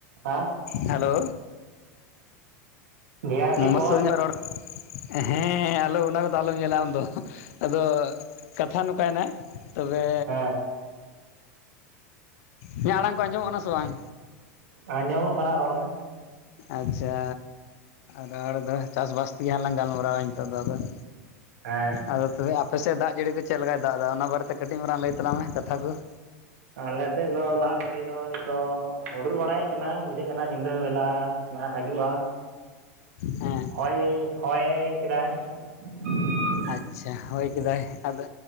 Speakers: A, on the right; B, on the left.
A: ᱦᱮᱸ
B: ᱦᱮᱞᱳ
A: ᱵᱷᱤ ᱟᱭ ᱯᱤ
B: ᱢᱟ
A: ᱠᱚᱞ
B: ᱥᱩᱨ ᱧᱚᱜ ᱨᱚᱲ ᱦᱮᱸ ᱟᱞᱚ ᱚᱱᱟ ᱠᱚ ᱫᱚ ᱟᱞᱚᱢ ᱧᱮᱞᱟ ᱟᱢ ᱫᱚ। ᱟᱫᱚ ᱠᱟᱛᱷᱟ ᱱᱚᱝ ᱠᱟᱭ ᱱᱟ ᱛᱚ ᱵᱮ
A: ᱦᱮᱸ
B: ᱤᱧᱟᱹᱜ ᱟᱲᱟᱝ ᱠᱚ ᱟᱸᱡᱚ ᱢᱚᱜ ᱠᱟᱱᱟ ᱥᱮ ᱵᱟᱝ?
A: ᱟᱸᱡᱚ ᱢᱚᱜ ᱠᱟᱱᱟ ᱨᱚᱲ ᱢᱮ ᱾
B: ᱟᱪᱪᱷᱟ ᱨᱚᱲ ᱫᱚ ᱪᱟᱥ ᱵᱟᱥ ᱛᱮ ᱜᱮ ᱦᱟᱸᱜ ᱞᱟᱝ ᱜᱟᱞ ᱢᱟᱨᱟᱣᱟ ᱱᱤᱛᱚᱜ ᱫᱚ ᱟᱫᱚ ᱾
A: ᱦᱮᱸ
B: ᱟᱫᱚ ᱛᱚ ᱵᱮ ᱟᱯᱮ ᱥᱮᱫ ᱫᱟᱜ ᱡᱟᱹᱲᱤ ᱠᱚ ᱪᱮᱫ ᱞᱮᱠᱟᱭ ᱫᱟᱜ ᱮᱫᱟ ᱚᱱᱟ ᱵᱟᱨᱮ ᱛᱮ ᱠᱟᱹᱴᱤᱡ ᱢᱟᱨᱟᱝ ᱞᱟᱹᱭ ᱛᱟᱞᱟᱝ ᱢᱮ ᱠᱟᱛᱷᱟ ᱠᱚ ᱾
A: ᱟᱞᱮ ᱥᱮᱫ ᱫᱚ ᱫᱟᱜ ᱡᱟᱹᱲᱤ ᱫᱚ ᱱᱤᱛᱚᱜ ᱦᱩᱰᱩᱨ ᱵᱟᱲᱟᱭ ᱠᱟᱱᱟ ᱾ ᱵᱩ ᱡᱷᱟᱹᱜ ᱠᱟᱱᱟ ᱧᱤᱫᱟᱹ ᱵᱮᱞᱟ ᱚᱱᱟ ᱦᱤᱡᱩᱜᱼᱟ ᱾
B: ᱦᱮᱸ
A: ᱦᱚᱭ ᱦᱚᱭ ᱠᱮᱫᱟᱭ ᱾
B: ᱟᱪᱪᱷᱟ ᱦᱳᱭ ᱠᱮᱫᱟᱭ ᱟᱫᱚ